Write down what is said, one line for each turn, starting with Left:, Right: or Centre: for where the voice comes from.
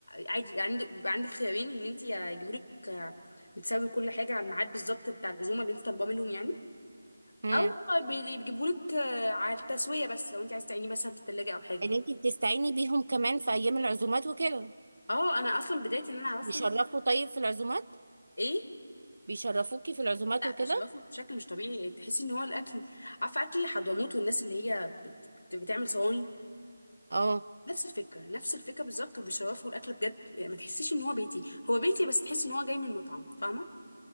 Left: عادي يبقى عندك يبقى عندك خيارين ان انت يجيبوا لك آه، بتساوي كل حاجه على الميعاد بالظبط بتاع العزومه اللي انت طالباه منهم يعني
Right: امم
Left: او بي- بيجيبوا لك آه، على التسويه بس لو انت عايزه تعينيه مثلا في التلاجة او حاجه
Right: ان انتي بتستعيني بيهم كمان في ايام العزومات وكده
Left: اه انا اصلا بدايه ان انا اعرفهم
Right: بيشرفوا طيب في العزومات
Left: ايه
Right: بيشرفوكي في العزومات
Left: لا
Right: وكده
Left: بيشرفوا بشكل مش طبيعي تحسي ان هو الاكل عارفه اكل حضرموت والناس اللي هي بت... بت- بتعمل صواني
Right: اه
Left: نفس الفكره نفس الفكره بالظبط وبيشرفوا الاكل بجد يعني ما تحسيش ان هو بيتي هو بيتي بس تحس ان هو جاي من مطعم فاهمه